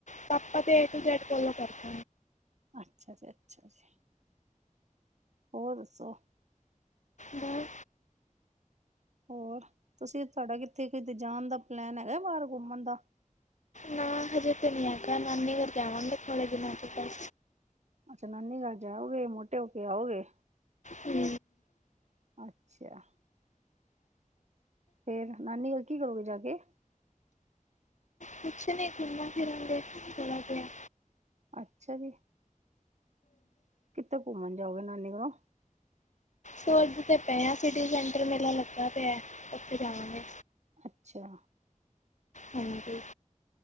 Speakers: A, on the left; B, on the right.
A: ਪਾਪਾ ਤੇ ਏ ਟੂ ਜੈਡ ਫੋਲੋ ਕਰਦੇ ਨੇ
B: ਅੱਛਾ ਜੀ ਅੱਛਾ ਜੀ ਹੋਰ ਦੱਸੋ
A: ਹੂੰ
B: ਹੋਰ ਤੁਸੀਂ ਤੁਹਾਡਾ ਕਿੱਥੇ ਕਿਤੇ ਜਾਣ ਦਾ ਪਲੈਨ ਹੈਗਾ ਬਾਹਰ ਘੁੰਮਨ ਦਾ
A: ਨਾ ਹਜੇ ਤੇ ਨੀ ਹੈਗਾ ਨਾਨੀ ਕਰ ਜਾਵਾਂਗੇ ਥੋੜੇ ਦਿਨਾਂ ਬਾਦ
B: ਅੱਛਾ ਨਾਨੀ ਗਰ ਜਾਓਗੇ ਮੋਟੇ ਹੋ ਕੇ ਆਓਗੇ
A: ਹੂੰ
B: ਅੱਛਾ ਫੇਰ ਨਾਨੀ ਗਰ ਕੀ ਕਰੋਗੇ ਜਾ ਕੇ
A: ਕੁਛ ਨਹੀਂ ਘੁੰਮਾ ਫਿਰਾ ਗੇ ਥੋੜਾ ਜੇਹਾ
B: ਅੱਛਾ ਜੀ ਕਿੱਥੇ ਘੁੰਮਣ ਜਾਓਗੇ ਨਾਨੀ ਗਰੋ
A: ਸੋਚਦੇ ਦੇ ਪਏ ਆ ਸਿਟੀ ਸੈਂਟਰ ਮੇਲਾ ਲੱਗਾ ਪਿਆ ਓਥੇ ਜਾਵਾਗੇਂ।
B: ਅੱਛਾ।
A: ਹਾਂਜੀ।